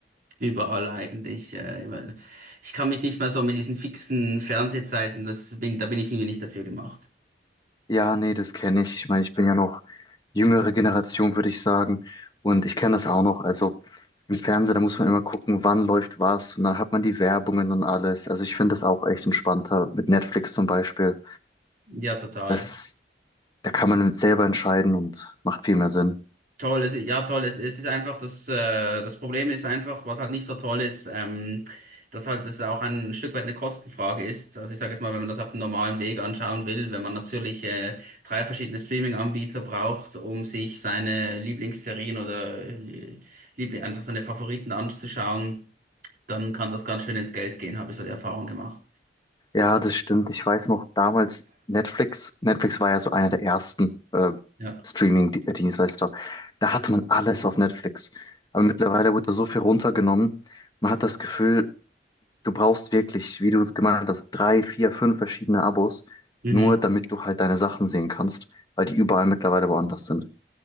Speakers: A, on the right; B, on the left.
A: überall eigentlich, äh, weil ich kann mich nicht mehr so mit diesen fixen Fernsehzeiten, das bin, da bin ich irgendwie nicht dafür gemacht.
B: Ja, nee, das kenne ich. Ich meine, ich bin ja noch jüngere Generation, würde ich sagen. Und ich kenne das auch noch. Also im Fernseher, da muss man immer gucken, wann läuft was. Und dann hat man die Werbungen und alles. Also ich finde das auch echt entspannter. Mit Netflix zum Beispiel.
A: Ja, total.
B: Das, da kann man selber entscheiden und macht viel mehr Sinn.
A: Toll, es, ja toll, es, es ist einfach, das, äh, das Problem ist einfach, was halt nicht so toll ist, ähm, dass halt das auch ein Stück weit eine Kostenfrage ist. Also ich sage jetzt mal, wenn man das auf dem normalen Weg anschauen will, wenn man natürlich äh, drei verschiedene Streaming-Anbieter braucht, um sich seine Lieblingsserien oder äh, Liebli einfach seine Favoriten anzuschauen, dann kann das ganz schön ins Geld gehen, habe ich so die Erfahrung gemacht.
B: Ja, das stimmt. Ich weiß noch, damals Netflix, Netflix war ja so einer der ersten äh,
A: Ja.
B: Streaming-Dienstleister. Da hatte man alles auf Netflix. Aber mittlerweile wird da so viel runtergenommen. Man hat das Gefühl, du brauchst wirklich, wie du es gemeint hast, drei, vier, fünf verschiedene Abos,
A: Mhm.
B: nur damit du halt deine Sachen sehen kannst, weil die überall mittlerweile woanders sind.